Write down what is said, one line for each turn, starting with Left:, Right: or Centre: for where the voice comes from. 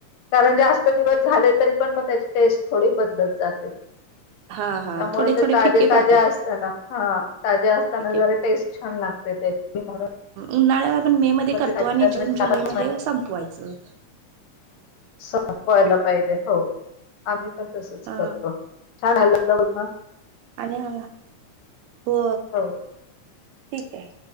Left: कारण जास्त दिवस झाले तरी पण मग त्याची टेस्ट थोडी बदलत जाते
Right: हा हा
Left: त्यामुळे
Right: थोडे
Left: ते
Right: थोडे
Left: ताजे
Right: फिके
Left: ताजे
Right: पडतात
Left: असताना हा ताज्या असताना
Right: फिके
Left: जरा
Right: फिके.
Left: टेस्ट छान लागते ते <unintelligible>
Right: उन्हाळ्या आपण मे मध्ये
Left: मग
Right: करतो
Left: ताजे
Right: आणि
Left: असताना
Right: जून जुलैमध्ये
Left: चार पाच महिने
Right: संपवायचं
Left: संपवायला पाहिजे हो आम्ही पण तसच
Right: हा
Left: करतो छान हल्लालं बोलना
Right: आणि हो
Left: हो
Right: ठीक आहे